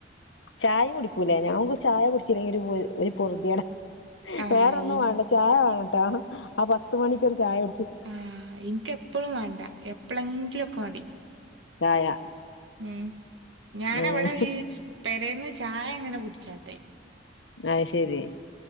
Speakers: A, on the left; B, on the right.
A: ചായും കുടിക്കൂല്ലേ ഞമക്ക് ഒര് ചായ കുടിച്ചില്ലെങ്കിൽ ഒരു ഒരു പൊർത്യേടാ
B: ആഹ്
A: വേറെൊന്നും
B: ഇൻ
A: വേണ്ട ചായ വേണട്ടോ ആ പത്ത് മണിക്കൊരു ചായ കുടിച്ചു
B: ആഹ ഇൻക്ക് എപ്പഴും വേണ്ട എപ്പളെങ്കിലൊക്കെ മതി
A: ചായ
B: ഉം ഞാനവിടെ
A: ഉം
B: ഈ പെരേന്ന് ചായ ഇങ്ങനെ കുടിച്ചാത്തെ
A: അത് ശരി